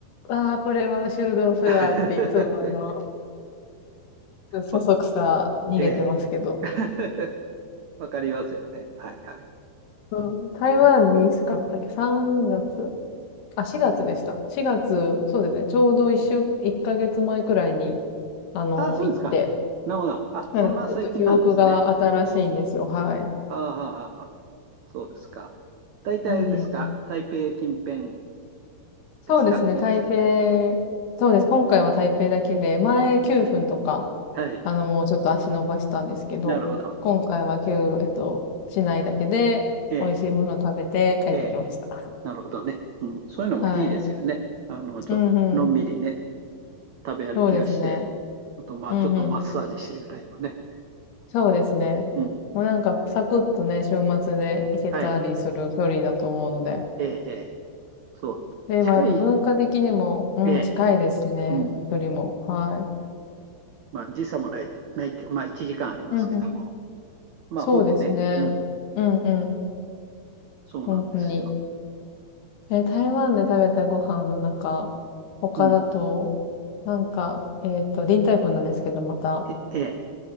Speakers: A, on the left (about 70°); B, on the right (about 80°).
A: ああ、これは修道士だっていつもあの、
B: <laughs>
A: そそくさ逃げてますけど。
B: わええ。<laughs> わかりますよね。はいはい。
A: うん、台湾にいつ買ったっけ
B: うん
A: ?3 月あ、4月でした。4月、そうですね。ちょうど一週、一ヶ月前くらいに、あの、
B: あ、そうですか。
A: 行って。
B: なるほど。あ、
A: なので、
B: そんな最近なんですね。
A: ちょっと記憶が新しいんですよ。はい。
B: ああ、はあはあはあそうですか。大体あれですか。
A: うんうん。
B: 台北近辺
A: そうですね、
B: ですか。いらしたの。
A: 台北、そうです。今回は台北だけで、前9分とか、
B: はい。
A: あのもうちょっと足伸ばしたんですけど、
B: なるほど。
A: 今回は9、えっと、市内だけで美味しいものを食べて帰ってきました。
B: ええ、ええ。なるほどね。うん。そういうのもいいですよね。
A: はい。
B: あの、ちょっとのんびりね、
A: うんうん。
B: 食べ歩きをして、
A: そうですね。
B: あと、まあ、
A: うんうん。
B: ちょっとマッサージしてぐらいのね。
A: そうですね。
B: うん。
A: もうなんかサクッとね、週末で行けたりする距離だと思うので。
B: はい。ええ、ええ。そう。
A: で、
B: 近い、
A: まあやっぱ文化的にも、うん、
B: ええ、
A: 近いですね。
B: うん。
A: 距離も。は
B: まあ、時差もない、ないっていうか、まあ、1時間ありますけども、
A: い。うんうん。
B: まあ、
A: そうですね。
B: ほぼね。うん。
A: うんうん。
B: そうなんですよ。
A: 本当に。え、台湾で食べたご飯の中、他だと、
B: うん。
A: なんか、えっと、リンタイフォ粉なんですけど、また、
B: え、ええ、